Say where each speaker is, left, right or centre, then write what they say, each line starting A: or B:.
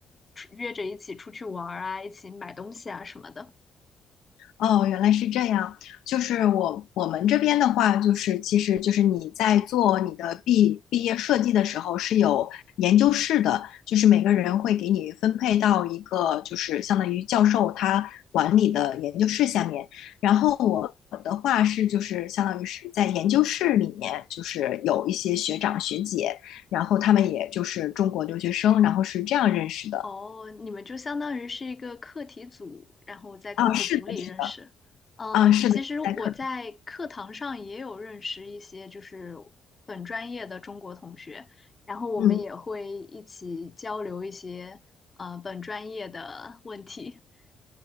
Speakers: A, on the left (about 30°); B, on the left (about 85°).
A: 出约着一起出去玩儿啊，一起买东西啊什么的。
B: 哦，原来是这样。就是我我们这边的话，就是其实就是你在做你的毕毕业设计的时候是有研究室的，就是每个人会给你分配到一个就是相当于教授他管理的研究室下面。然后我的话是就是相当于是在研究室里面，就是有一些学长学姐，然后他们也就是中国留学生，然后是这样认识的。
A: 哦，你们就相当于是一个课题组，然后在课题组里认识。
B: 啊，是的，是的，
A: 嗯，
B: 啊，是的，
A: 其实我在课堂上也有认识一些就是
B: 在课，
A: 本专业的中国同学，然后我们也会一起交流一些呃本专业的问题。
B: 嗯。
A: <laughs>